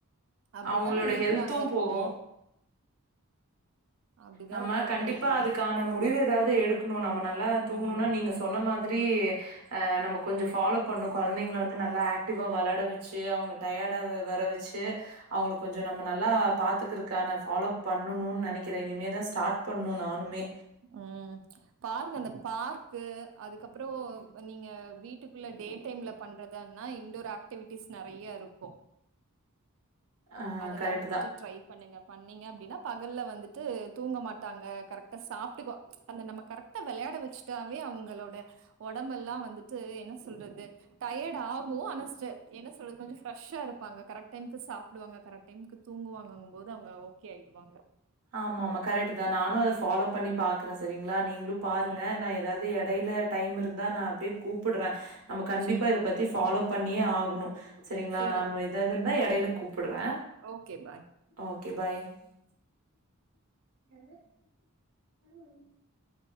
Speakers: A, on the right (about 60°); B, on the right (about 90°).
A: அப்டித்தான
B: அவங்களோட
A: இருக்குறாங்க
B: ஹெல்த்தும்
A: இப்போ
B: போகும்.
A: அப்படிதான்
B: நம்ம
A: இருக்கிறாங்க
B: கண்டிப்பா
A: இப்போ.
B: அதுக்கான முடிவு ஏதாவ்து எடுக்கணு நம்ம நல்லா தூங்கணுன்னா
A: ம்.
B: நீங்க சொன்ன மாதிரி ஆ நம்ம கொஞ்சொ ஃபாலோ பண்ணு கொழந்தைங்கள வந்து நல்லா ஆக்டிவா வெளாட வெச்சி அவுங்க டயடாவ வர வெச்சு அவ்ங்களுக் கொஞ்சொ நம்ம நல்லா பாத்துக்குறக்கான ஃபாலோ பண்ணணூன் நெனக்கிற இனிமே தா ஸ்டாட் பண்ணு நானுமே
A: ம் பாருங்க அந்த பார்க்கு அதுக்கப்றொ நீங்க வீட்டுக்குள்ள டே டைம்ல பண்றதான்னா இன்டோர் ஆக்டிவிட்டீஸ் நெறைய இருக்கு
B: ஆ
A: அதல்லா
B: கரெக்ட்டு
A: வந்துட்டு
B: தான்.
A: ட்ரை பண்ணுங்க பண்ணீங்க அப்டின்னா பகல்ல வந்துட்டு தூங்க மாட்டாங்க கரெக்ட்டா சாப்ட் டுக்வா அந்த நம்ம கரெக்ட்டா வெளையாட வச்சுட்டாவே அவுங்களோட ஒடம்பல்லா வந்துட்டு என்ன சொல்றது டயட் ஆகு ஆனா ஸ்ட என்ன சொல்றது கொஞ்சொ ஃப்ரஷ்ஷா இருப்பாங்க கரெக்ட் டைம்க்கு சாப் ப்டுவாங்க கரக்ட் டைம்க்கு தூங்குவாங்கங்கும் போது அவுங்க ஓகே ஆய்டுவாங்க
B: ஆமா ஆமா கரெக்ட்டுதா நானு அத ஃபாலோ பண்ணிப் பாக்குற சரிங்ளா நீ ங்ளு பாருங்க
A: ம்
B: நா ஏதாவ்து எடைல டைம் இருந்தா நா அப்டியே கூப் புட்ற நம்ம கண்டிப்பா
A: சரி
B: இதப்
A: ஓகே
B: பத்தி
A: ஓகே
B: ஃபாலோ பண்ணியே ஆகுணு சரிங்ளா
A: சரி
B: நான்
A: ஓகே
B: ஒ ஏதாவ்து
A: ஓகே
B: இருந்தா எடைல கூப்புட்ற
A: ஓகே பாய்
B: ஓகே பாய் <unintelligible> ம்